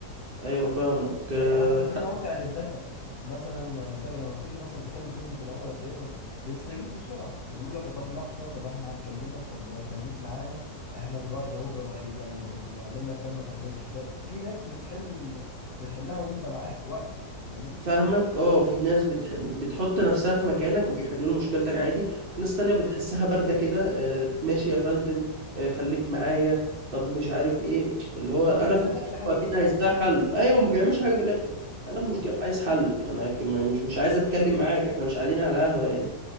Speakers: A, on the right; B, on the left.
A: ايوه فاهمك
B: يعني
A: آه،
B: حتى في مواقع للدفع مثلا للدفع لما بتيجي مثلا تكلم خدمة العملاء بتاعتهم بيستجيبوا بسرعة يقولوا لك طب لحظة طب احنا هنكلمك طب خليك معانا احنا دلوقتي اهو بنر- يعني بنعمل لك تم تفعيل الحساب في ناس بتحل ال... بتحلها وانت معاك وقتي فاهمني
A: فاهمك اه في ناس بتح... بت- بتحط نفسها في مكانك وبيحلوا له مشكلتك عادي وفي ناس تانية بتحسها باردة كده آه، ماشي يا فندم آه، خليك معايا طب مش عارف ايه اللي هو
B: وما
A: انا
B: بيحللكش
A: في مشكلة
B: حاجة
A: اكيد عايز لها حل ايوه ما بيعملش حاجة في الاخر انا في مشكلة عايز حل انا ك- ما- مش مش عايز اتكلم معاك احنا مش قاعدين على قهوة يعني